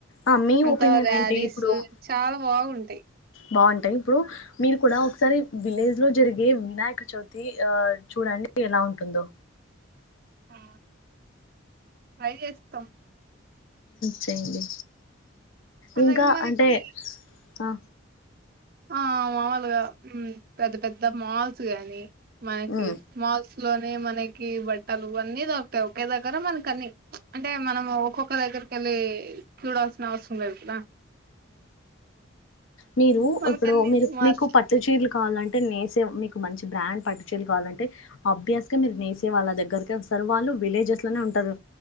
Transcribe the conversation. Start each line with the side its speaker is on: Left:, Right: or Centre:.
Left: ఆ మీ
Right: అంత
Left: ఒపీనియన్
Right: ర్యాలీస్
Left: ఏంటి ఇప్పుడు
Right: చాలా బాగుంటాయి
Left: బాగుంటాయి ఇప్పుడు మీరు కూడా ఒకసారి విలేజ్ లో జరిగే వినాయక చవితి ఆ చూడండి అ ఎలా ఉంటుందో
Right: ఆ ట్రై చేస్తాం
Left: చెయ్యడి
Right: అలాగే
Left: ఇంకా
Right: మనకి
Left: అంటే ఆ
Right: ఆ మాములుగా పెద్ద పెద్ద మాల్స్ గాని మనకి
Left: ఉమ్
Right: మాల్స్ లోనే మనకి బట్టలువన్నీ దొరుకుతాయి ఒకే దగ్గర మనకన్ని అంటే మనం ఒక్కొక్క దగ్గర క చూడాల్సిన అవసరం లేదు కదా
Left: మీరు
Right: మనకన్ని
Left: ఇప్పుడు మీరు
Right: మాల్స్
Left: మీకు పట్టు చీరలు కావాలంటే నేసే మీకు మంచి బ్రాండ్ పట్టిేది కావాలంటే అభ్యాస్ గా మీరు నేసే వాళ్ళ దగ్గరకే సరి వాళ్ళు విలేజెస్ లోనే ఉంటారు